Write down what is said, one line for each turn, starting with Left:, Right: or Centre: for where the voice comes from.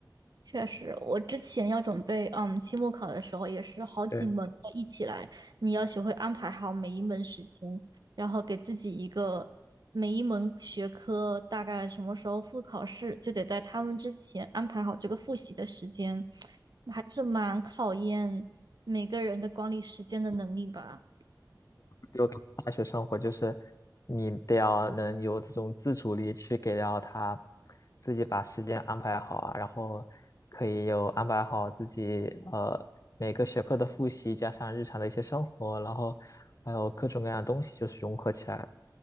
Right: 确实，我之前要准备，嗯，期末考的时候也是好几门要一起来，
Left: 对。
Right: 你要学会安排好每一门时间，然后给自己一个每一门学科大概什么时候复考试，就得在他们之前安排好这个复习的时间，还是蛮考验每个人的管理时间的能力吧。
Left: 就感觉大学生活就是你得要能有这种自主力去给到他自己把时间安排好啊，然后可以有安排好自己呃每个学科的复习，加上日常的一些生活，然后还有各种各样的东西就是融合起来，